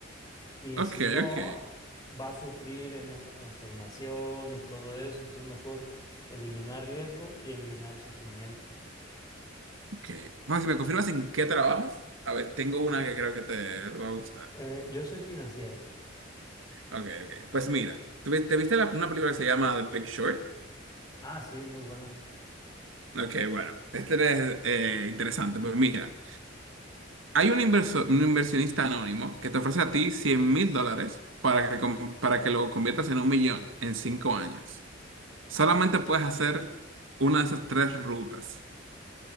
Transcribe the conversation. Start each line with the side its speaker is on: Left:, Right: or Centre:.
Left: Y
Right: Ok,
Left: si no,
Right: ok,
Left: va a sufrir en esa transformación y todo eso. Entonces, mejor eliminar riesgo y eliminar el sufrimiento.
Right: ok. Bueno, si me confirmas en qué trabajas, a ver, tengo una que creo que te, te va a gustar.
Left: Eh, yo soy financiero.
Right: Ok, ok. Pues mira, ¿tú vi- ¿te viste la- una película que se llama The Big Short?
Left: Ah, sí, muy buena.
Right: Ok, bueno, este es eh, interesante. Pues mira, hay un, inverso- un inversionista anónimo que te ofrece a ti cien mil dólares para que, com- para que lo conviertas en un millón en cinco años. Solamente puedes hacer una de esas tres rutas.